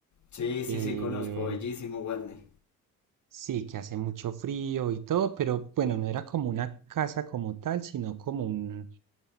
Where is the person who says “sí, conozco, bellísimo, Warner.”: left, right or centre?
Left